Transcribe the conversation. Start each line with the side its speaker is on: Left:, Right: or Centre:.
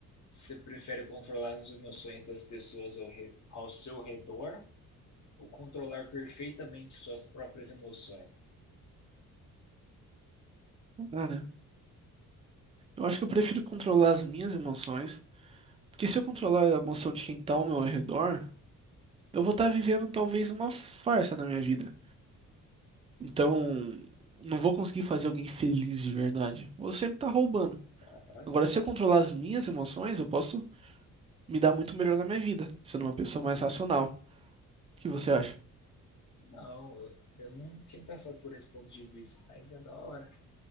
Left: Você prefere controlar as emoções das pessoas ao, re- ao seu redor ou controlar perfeitamente suas próprias emoções?
Right: Ah, né? eu acho que eu prefiro controlar as minhas emoções. Porque se eu controlar a emoção de quem tá ao meu redor, eu vou estar vivendo talvez uma farsa na minha vida. Então, não vou conseguir fazer alguém feliz de verdade. Vou sempre estar roubando.
Left: Caraca,
Right: Agora, se eu controlar as minhas emoções, eu posso me dar muito melhor na minha vida, sendo uma pessoa mais racional. O que você acha?
Left: não, eu- eu não tinha pensado por esse ponto de vista, mas é da hora.